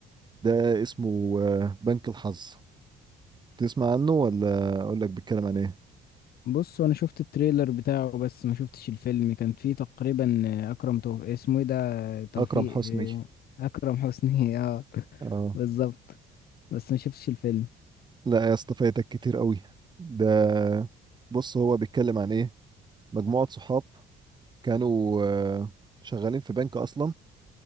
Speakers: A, on the right; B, on the left.
A: ده اسمه آه، بنك الحظ تسمع عنه ولا اقول لك بيتكلم عن ايه
B: بص انا شفت التريلر بتاعه بس ما شفتش الفيلم كان فيه تقريبا اكرم توفيق اسمه ايه ده توفيق
A: اكرم حسني
B: آه، اكرم حسني <laughs> اه
A: اه
B: بالظبط بس ما شفتش الفيلم
A: لا يا اسطى فايتك كتير قوي ده بص هو بيتكلم عن ايه مجموعة صحاب كانوا آه، شغالين في بنك اصلا